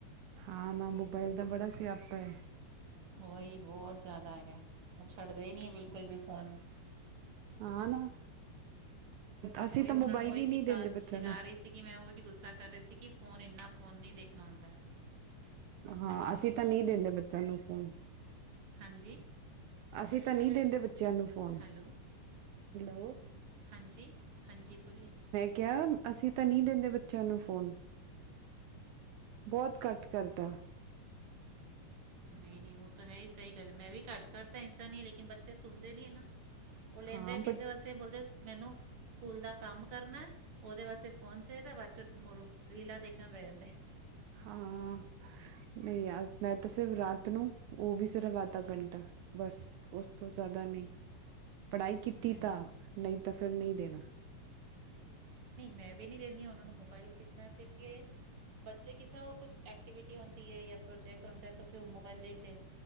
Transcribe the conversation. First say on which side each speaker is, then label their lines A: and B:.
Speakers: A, on the right (about 75°); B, on the right (about 45°).
A: ਹਾਂ ਨਾ ਮੋਬਾਈਲ ਤਾਂ ਬੜਾ ਸਿਆਪਾ ਏ।
B: ਉਹ ਹੀ, ਬਹੁਤ ਜ਼ਿਆਦਾ ਹੈਗਾ, ਉਹ ਛੱਡਦੇ ਹੀ ਨਹੀਂ ਬਿਲਕੁੱਲ ਵੀ ਫ਼ੋਨ।
A: ਹਾਂ ਨਾ, ਅਸੀਂ
B: ਉਹੀ
A: ਤਾਂ
B: ਉਹਨਾਂ
A: ਮੋਬਾਇਲ
B: ਨੂੰ ਉਹੀ
A: ਹੀ ਨਹੀਂ
B: ਚਿੱਕਾ
A: ਦਿੰਦੇ
B: ਚਿਲਾ
A: ਬੱਚਿਆਂ ਨੂੰ।
B: ਰਹੀ ਸੀ ਕਿ ਜਿਵੇੰ ਉਹ ਵੀ ਗੁੱਸਾ ਕਰ ਰਹੇ ਸੀ ਕਿ ਫੋਨ ਇੰਨਾ ਫੋਨ ਨਹੀਂ ਦੇਖਣਾ ਹੁੰਦਾ।
A: ਹਾਂ, ਅਸੀਂ ਤਾਂ ਨਹੀਂ ਦਿੰਦੇ ਬੱਚਿਆਂ ਨੂੰ ਫੋਨ।
B: ਹਾਂਜੀ।
A: ਅਸੀਂ ਤਾਂ ਨਹੀਂ ਦਿੰਦੇ ਬੱਚਿਆਂ ਨੂੰ ਫੋਨ
B: ਹੈਲੋ
A: ਹੈਲੋ।
B: ਹਾਂਜੀ ਹਾਂਜੀ ਬੋਲਏ।
A: ਕਿ ਹਾਂ ਅਸੀਂ ਤਾਂ ਨਹੀਂ ਦਿੰਦੇ ਬੱਚਿਆਂ ਨੂੰ ਫੋਨ। ਬਹੁਤ ਘੱਟ ਕਰਤਾ।
B: ਨਹੀਂ, ਨਹੀਂ ਉਹ ਤਾਂ ਹੈ ਹੀ ਸਹੀ ਗੱਲ, ਮੈਂ ਵੀ ਘੱਟ ਕਰਤਾ ਏਸਾ ਨਹੀਂ ਲੇਕਿਨ ਬੱਚੇ ਸੁਣਦੇ ਨੀ ਨਾ। ਉਹ ਲੈਂਦੇ
A: ਹਾਂ
B: ਆ ਕਿਦੇ
A: ਬਟ
B: ਵਾਸਤੇ ਕੀ ਬੋਲਦੇ ਆ ਮੈਨੂੰ ਸਕੂਲ ਦਾ ਕੰਮ ਕਰਨਾ ਹੈ। ਉਹਦੇ ਵਾਸਤੇ ਫੋਨ ਚਾਹੀਦਾ ਬਾਅਦ ਚ, ਮੁੜ ਰੀਲਾਂ ਦੇਖਣ ਬੈਹ ਜਾਂਦੇ।
A: ਹਾਂ ਹਾਂ। ਨਹੀਂ ਯਾਰ, ਮੈਂ ਤਾਂ ਸਿਰਫ ਰਾਤ, ਨੂੰ ਉਹ ਵੀ ਸਿਰਫ ਆੱਧਾ ਘੰਟਾ ਬਸ। ਉਸ ਤੋਂ ਜਾਦਾਂ ਨਹੀਂ, ਪੜ੍ਹਾਈ ਕੀਤੀ
B: ਨਹੀਂ
A: ਤਾਂ
B: ਨਹੀਂ
A: ਨਹੀਂ, ਤਾਂ ਫੇਰ ਨਹੀਂ ਦੇਣਾ।
B: ਨਹੀਂ ਮੈਂ ਵੀ ਨਹੀਂ ਦਿੰਦੀ ਉਹਨਾਂ ਨੂੰ ਮੋਬਾਇਲ ਕਿਸ ਤਰਾਂ ਅਸੀ ਕਿਹੇ। ਬੱਚੇ ਕਿਸੇ ਤ੍ਰਹਿ ਕੁੱਛ ਐਕਟੀਵਿਟੀ ਹੁੰਦੀ ਹੈ ਜਾਂ ਪ੍ਰੋਜੈਕਟ ਹੁੰਦਾ ਹੈ, ਤਾਂ ਫਿਰ ਉਹ ਮੋਬਾਇਲ ਦੇਖਦੇ।